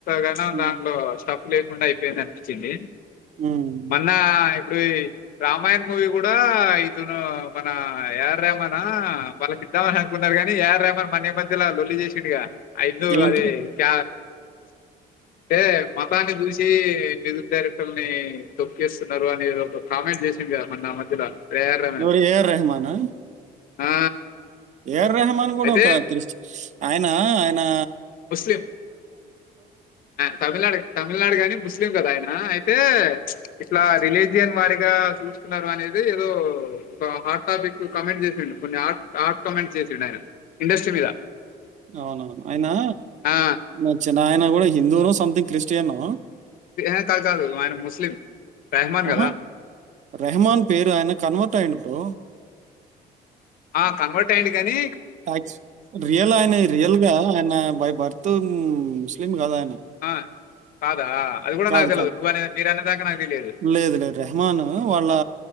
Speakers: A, on the left; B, on the right.
A: గా
B: హ్మ్.
A: దాంట్లో స్టప్ లే డా అయిపోయింది అనిపించింది
B: హ్మ్.
A: మొన్న ఇప్పుడు రామాయణ్ మూవీ కూడా ఇతను మన ఆర్ రేమనా వాళ్ళకి ఇద్దామని అనుకున్నారు కాని ఏఆర్ రమన్ మనే మధ్యలా లొల్లి చేసిండిగా ఐదు
B: ఏంటి?
A: అదే క అంటే మతాన్ని చూసి మ్యజిక్ డైరెక్టర్ని తొప్పుస్తున్నారు అనే ఒక కామెంట్ చేసింది కదా మ నా మధ్యలో ఏఆర్ రెహమాన్
B: ఇవరు ఏఆర్ రహమానా
A: ఆ
B: ఏ ఆర్ రెహమాన్ గూడా
A: అయితే
B: ఒకా క్రిష్ట్ ఆయనా ఆయనా
A: ముస్లిం ఆ తమిళనాడు తమిళనాడు గానీ ముస్లిం గదా ఆయన. ఆ అయిప్ తే ప్చ్ ఇట్లా రిలీజ్ విజన్ వారిగా చూస్తున్నారు అనేదీ ఏదో ఒకా హాట్ టాపికు కమెంట్ చేసిండు. కొన్ని హాట్ హాట్ కమెంట్ చేశిండు ఆయనా, ఇండస్ట్రీ మీద.
B: అవునవును ఆయనా
A: ఆ!
B: నచ్చన ఆయన గూడా హిందవునో సంథింగ్ క్రిస్టియనో
A: ఎహే కాద్ కాదు ఆయన ముస్లిం. రెహమాన్
B: అహా
A: గదా!
B: రెహ్మాన్ పేరు ఆయన కన్వెర్ట్ అయిండు. పో
A: ఆ కన్వర్ట్ అయిండు గానీ
B: థాంక్స్. రియల్ ఆయన రియల్ గా ఆయనా బై బర్త్ ఉం ముస్లిం గాదు ఆయనా.
A: ఆ! కాదా? అది గూడా
B: కాదు
A: నాకు తెలవదు.
B: కాదు.
A: నువ్వనే మీరనే దాకా నాకు తెలియదు.
B: లేదు లేదు రెహమానా వాళ్ళా